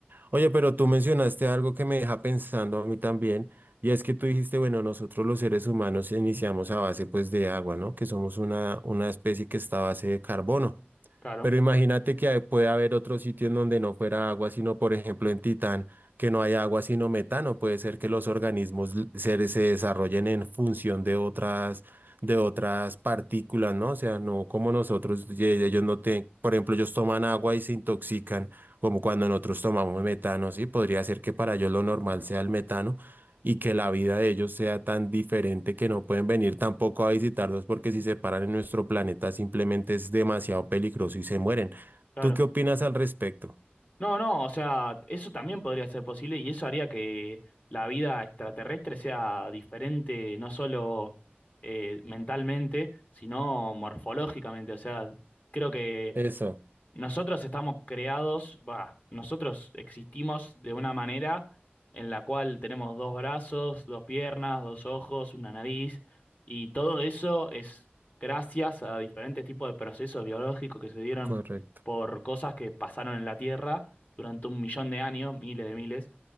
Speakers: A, on the right; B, on the left.
A: Oye, pero tú mencionaste algo que me deja pensando a mí también y es que tú dijiste, bueno, nosotros los seres humanos iniciamos a base pues de agua, ¿no? Que somos una, una especie que está a base de carbono.
B: claro,
A: Pero imagínate que hay- puede haber otro sitio en donde no fuera agua, sino por ejemplo en Titán, que no hay agua sino metano. Puede ser que los organismos l- se, se desarrollen en función de otras, de otras partículas, ¿no? O sea, no como nosotros, ye- ellos no tienen, por ejemplo, ellos toman agua y se intoxican, como cuando nosotros tomamos metano, ¿sí? Podría ser que para ellos lo normal sea el metano y que la vida de ellos sea tan diferente que no pueden venir tampoco a visitarlos porque si se paran en nuestro planeta simplemente es demasiado peligroso y se mueren.
B: claro.
A: ¿Tú qué opinas al respecto?
B: No, no, o sea, eso también podría ser posible y eso haría que la vida extraterrestre sea diferente, no solo eh, mentalmente, sino morfológicamente. O sea, creo que
A: Eso,
B: nosotros estamos creados, va, nosotros existimos de una manera en la cual tenemos dos brazos, dos piernas, dos ojos, una nariz, y todo eso es gracias a diferentes tipos de procesos biológicos que se dieron
A: correcto.
B: por cosas que pasaron en la Tierra durante un millón de años, miles de miles.